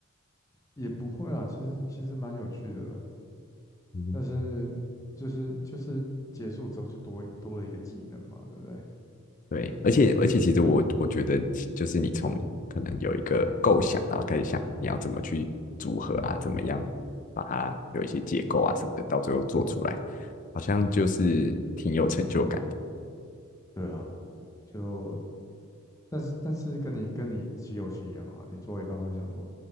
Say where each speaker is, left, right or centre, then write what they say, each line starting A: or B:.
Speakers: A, on the left; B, on the left.
A: <laughs> 也不会啦，其实其实蛮有趣的，
B: 嗯
A: 但是就是就是结束之后就多多了一个技能嘛，对不对？
B: 对，而且而且，其实我我觉得，就是你从可能有一个构想，然后开始想你要怎么去组合啊，怎么样把它有一些结构啊什么的，到最后做出来，好像就是挺有成就感的。
A: 对啊，就但是但是跟你跟你骑游戏一样啊，你做一半会想说，